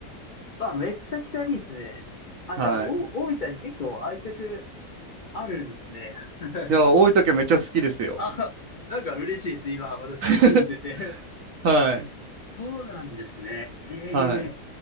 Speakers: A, on the left; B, on the right.
A: あ、めちゃくちゃいいですね。あ、
B: はい。
A: じゃあ、お、大分に結構愛着あるんですね。<laughs>
B: いや、多い時はめっちゃ好きですよ。
A: あ、なんか嬉しいです。今、私住んでて。
B: <laughs>
A: <laughs>
B: はい。
A: あ、そうなんですね。ええ
B: はい。